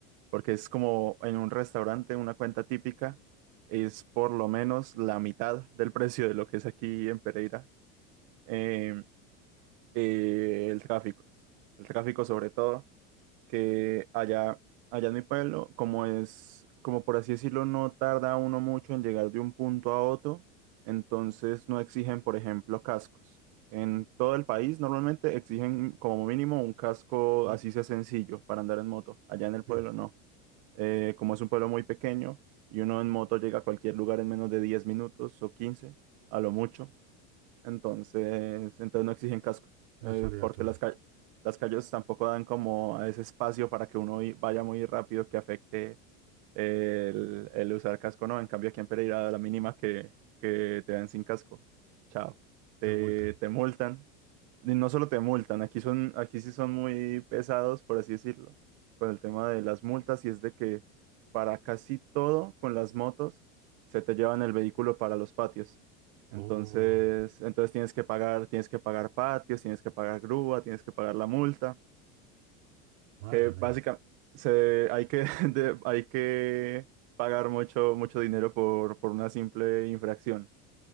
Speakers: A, on the right (about 60°); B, on the right (about 80°).
A: porque es como en un restaurante, una cuenta típica, es por lo menos la mitad del precio de lo que es aquí en Pereira. Eh, eh, el tráfico, el tráfico sobre todo. que allá, allá en mi pueblo, como es, como por así decirlo, no tarda uno mucho en llegar de un punto a otro, entonces no exigen, por ejemplo, cascos. En todo el país normalmente exigen como mínimo un casco
B: Mm,
A: así sea sencillo para andar en moto. Allá en el pueblo
B: Sí,
A: no. Eh, como es un pueblo muy pequeño y uno en moto llega a cualquier lugar en menos de 10 minutos o 15 a lo mucho. Entonces, entonces no exigen casco,
B: no
A: eh,
B: es obligatorio,
A: porque las, ca- las calles tampoco dan como a ese espacio para que uno i- vaya muy rápido que afecte el, el usar casco, ¿no? En cambio, aquí en Pereira, a la mínima que, que te dan sin casco, chao,
B: te
A: te,
B: multan.
A: te multan. Y no solo te multan, aquí son, aquí sí son muy pesados, por así decirlo, con el tema de las multas, y es de que para casi todo con las motos se te llevan el vehículo para los patios. Entonces,
B: Oh,
A: entonces tienes que pagar, tienes que pagar patios, tienes que pagar grúa, tienes que pagar la multa,
B: madre
A: que básicamente
B: mía.
A: se, hay que, <laughs> de- hay que pagar mucho, mucho dinero por, por una simple infracción.